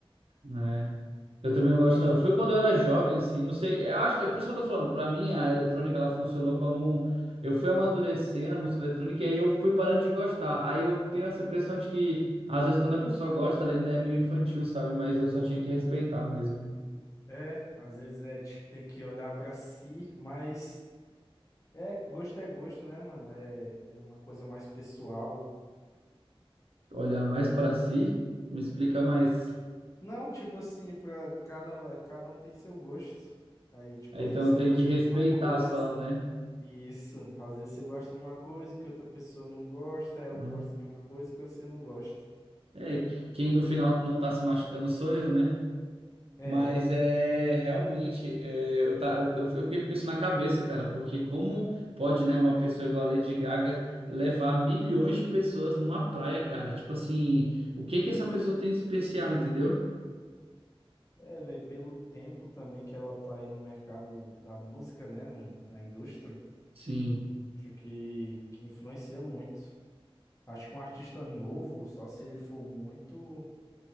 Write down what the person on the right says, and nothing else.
É. Eu também não gosto,
não. Eu fui quando eu era jovem, assim, não sei. Eu acho, é por isso que eu tô falando. Pra mim, a eletrônica, ela funcionou como. Eu fui amadurecendo a música eletrônica e aí eu fui parando de gostar. Aí eu tenho essa impressão de que, às vezes, quando a pessoa gosta, ela ainda é meio infantil, sabe? Mas eu só tinha que respeitar mesmo.
Olhar mais pra si, me explica mais.
Aí,
Então
eu
tenho
que respeitar
só, né?
Hum.
É, quem no final não tá se machucando sou eu, né?
Mas é realmente, é, eu, tá, eu, eu eu fiquei com isso na cabeça, cara, porque como pode, né, uma pessoa igual a Lady Gaga levar milhões de pessoas numa praia, cara? Tipo assim, o que que essa pessoa tem de especial, entendeu?
Sim,